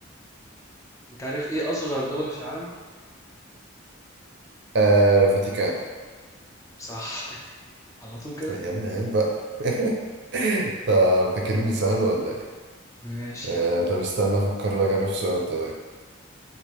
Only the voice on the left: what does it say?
انت عارف ايه اصغر دولة في العالم
صح <laughs> على طول كده
ماشي
يا عم